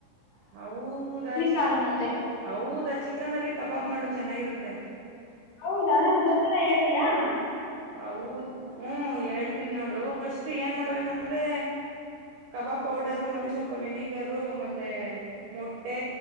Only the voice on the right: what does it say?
ಹದಾ ಚಿ
ಹೌದಾ ಚಿಿಕನ್ಲ್ಲಿೇ ಕಬಾಬ್ ಮಾಡ ಚೆನ್ನಾಗಿರುತ್ತೆ
ಹೌದ ಹ್ಮ ಹೇಳ್ತೀನ್ಿ ನೋಡು ಫಸ್ಟ್ ಏನ್ ಮಾಡ್ಬೇಕಂದ್ರೆ ಕಬಾಬ್ ಪೌಡರು ಮತ್ತೆ ಸ್ವಲ್ಪ ವಿನಿಗರು ಮತ್ತೆ ಮೊಟ್ಟೆ